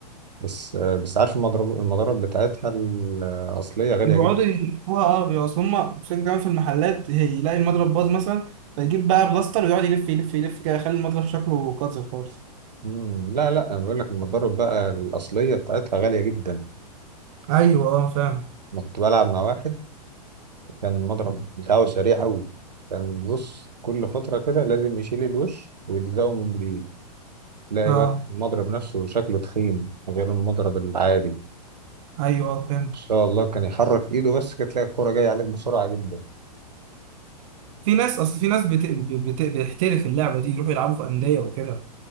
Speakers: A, on the right; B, on the right.
A: بس آه، بس عارف المضرب المضارب بتاعتها الأصلية غالية
B: بيقعدوا يلفوها اه بيبقوا اصل هما فين كمان في المحلات هي- يلاقي المضرب باظ مثلا فيجيب بقى بلاستر ويقعد يلف يلف يلف كده يخلي المضرب شكله قاتل خالص
A: مم. لا لا انا بقول لك المضارب بقى الاصليه بتاعتها غاليه جدا
B: ايوه اه فاهم
A: انا كنت بلعب مع واحد كان المضرب بتاعه سريع قوي كان بص كل فتره كده لازم يشيل الوش ويلزقه من جديد تلاقي
B: اه
A: بقى المضرب نفسه شكله تخين غير المضرب العادي ان
B: ايوه اه فهمت
A: شاء الله كان يحرك ايده بس كانت تلاقي الكوره جايه عليك بسرعه جدا
B: في ناس اصل في ناس بت... بت... بتحترف اللعبة دي يروحوا يلعبوا في أندية وكده